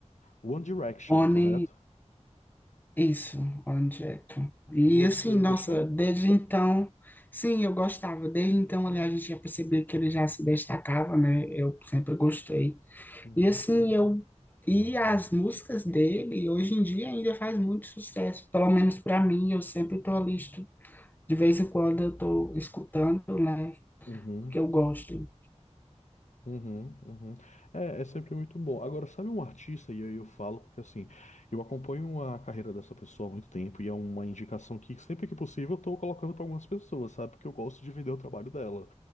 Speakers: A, on the left; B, on the left.
A: One Direction,
B: Oni,
A: correto?
B: isso, Oni direto. E
A: Você
B: assim, nossa,
A: gostou?
B: desde então, sim, eu gostava. Desde então, aliás, a gente já percebia que ele já se destacava, né? Eu sempre gostei.
A: Uhum.
B: E assim, eu. E as músicas dele, hoje em dia, ainda faz muito sucesso. Pelo menos para mim, eu sempre tô ali, estu- de vez em quando eu tô escutando, né?
A: Uhum,
B: Porque eu gosto.
A: uhum, uhum. É, é sempre muito bom. Agora, sabe um artista, e aí eu falo, porque assim, eu acompanho a carreira dessa pessoa há muito tempo e é uma indicação que sempre que possível eu tô colocando para algumas pessoas, sabe? Porque eu gosto de vender o trabalho dela.